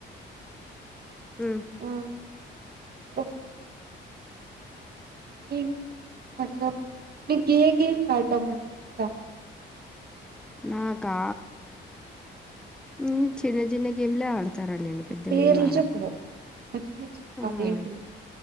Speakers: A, in the centre; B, on the right (about 50°).
A: మ్మ్
B: ఆ చెప్పు ఇంకా ఏంటి ఈరోజు మీకు ఏ గేమ్స్ ఆడం అంటే ఇ ఇష్టం
A: నాకా హ్మ్ చిన్న చిన్న గేమ్లే ఆడుత తరండి నేను పెద్దవేవి
B: పేర్లు
A: వాడను
B: చెప్పు మ మ
A: ఆ
B: అదేంటి
A: హా